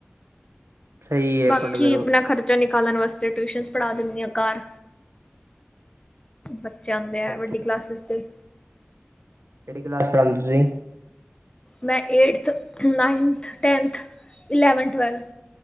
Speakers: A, on the right; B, on the left.
A: ਸਹੀ ਹੈ
B: ਬਾਕੀ
A: ਪੜ੍ਹਦੇ ਰਹੋ
B: ਆਪਣਾ ਖ਼ਰਚਾ ਨਿਕਾਲਣ ਵਾਸਤੇ, ਟਿਊਸ਼ਨਸ ਪੜ੍ਹਾ ਦਿੰਦੀ ਆਂ ਘਰ। ਬੱਚੇ ਆਉਂਦੇ ਐ,
A: ਅੱਛਾ ਅੱਛਾ
B: ਵੱਡੀ ਕਲਾਸਿਸ ਦੇ।
A: ਕਿਹੜੀ ਕਲਾਸ ਚਲ ਰਹੀ ਏ।
B: ਮੈਂ eighth, ninth, tenth, eleven, twelve.